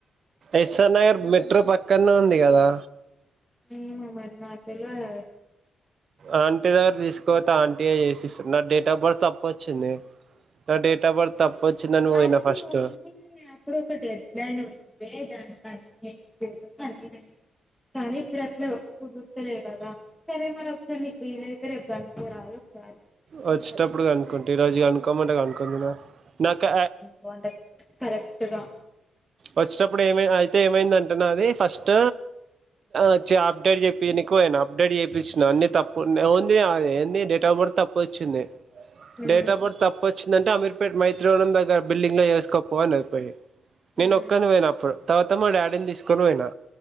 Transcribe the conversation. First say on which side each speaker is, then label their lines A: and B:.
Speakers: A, on the right (about 45°); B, in the centre.
A: ఎస్ఆర్ నగర్ మెట్రో పక్కనే ఉంది కదా
B: ఏమో మరి నాకు తెలువదు అది
A: ఆంటీ దగ్గరకు తీసుకపోతే ఆంటీయే చేసిస్తాది నా డేట్ ఆఫ్ బర్త్ తప్పు వచ్చింది నా డేట్ ఆఫ్ బర్త్ తప్పు వచ్చిందని పోయిన
B: అప్పుడు
A: ఫస్ట్
B: ఉంది అప్పుడు ఒక డెడ్ లైన్ ఉంది దానికి అన్ని <unintelligible> కానీ ఇప్పుడు అట్లా కుదుర్తలే కదా సరే మరి ఒకసారి నీకు వీలైతే రేపు గనుక్కోరాదు ఒకసారి
A: వచ్చేటప్పుడు కనుక్కుంటా ఈరోజు కనుకోమంటే కనుకుందునా నాకు
B: బావుంటది కరెక్ట్‌గా
A: వచ్చేటప్పుడు ఏమి అయితే ఏమైందంటే నాది ఫస్ట్ అచ్చి అప్డేట్ చేపియనీకి పోయిన అప్డేట్ చేపిచ్చిన అన్ని తప్పు ఉండే వొందినా అది ఏంది డేట్ ఆఫ్ బర్త్ తప్పు వచ్చింది
B: హ్మ్
A: డేట్ ఆఫ్ బర్త్ తప్పు వచ్చిందంటే అమీర్పేట్ మైత్రివనం దగ్గర బిల్డింగ్‌లో చేసుకోపో అన్నది పోయి
B: హ్మ్
A: నేను ఒక్కని పోయినా అప్పుడు తర్వాత మా డాడీని తీసుకొని పోయినా